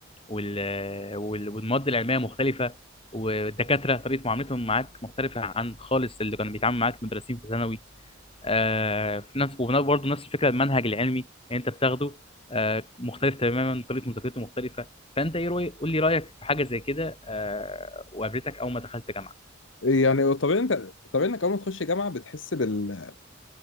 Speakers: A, on the left; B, on the left.
A: وال... وال... والمواد العلميه مختلفه والدكاتره طريقه معاملتهم معاك مختلفه عن خالص اللي كانوا بيتعاملوا معاك المدرسين في ثانوي آه في نفس وبرضه نفس الفكره المنهج العلمي اللي انت بتاخده آه مختلف تماما طريقه مذاكرته مختلفه فانت ايه رأي... قول لي رايك في حاجه زي كده آه وقابلتك اول ما دخلت جامعه
B: يعني طبيعي أنت طبيعي إنك أول ما تخش جامعة بتحس بال